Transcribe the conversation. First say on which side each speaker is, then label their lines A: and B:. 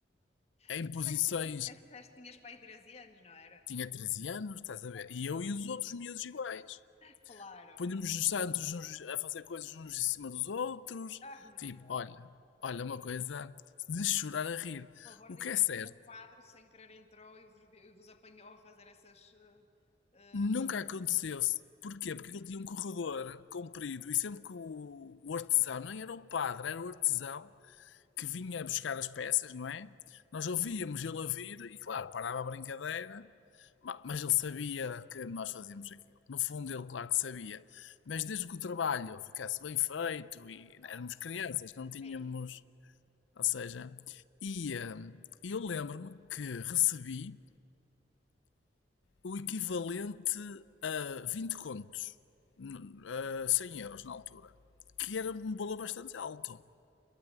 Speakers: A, on the left; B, on the left.
A: em
B: Que idade
A: posições.
B: é que tu tinhas? Disseste que Tinhas pai 13 anos, não era?
A: Tinha 13 anos, estás a ver?
B: Vai.
A: E eu e os outros miúdos iguais.
B: Claro.
A: Punhamos os santos uns a fazer coisas uns em cima dos outros.
B: Ai, meu
A: Tipo,
B: Deus.
A: olha, olha, uma coisa de chorar a rir.
B: Por favor,
A: O
B: diz-me
A: que é certo,
B: que nenhum padre sem querer entrou e vos, e vos apanhou a fazer essas. eh, eh,
A: nunca aconteceu-se. Porquê? Porque ele tinha um corredor comprido e sempre que o, o artesão, nem era o padre, era o artesão, que vinha buscar as peças, não é? Nós ouvíamos ele a vir e, claro, parava a brincadeira, mas ele sabia que nós fazíamos aquilo. No fundo, ele, claro que sabia. Mas desde que o trabalho ficasse bem feito e
B: claro.
A: éramos crianças, não tínhamos.
B: É isso.
A: Ou seja, e hum, eu lembro-me que recebi o equivalente a 20 contos, n- a 100 euros na altura, que era um valor bastante alto.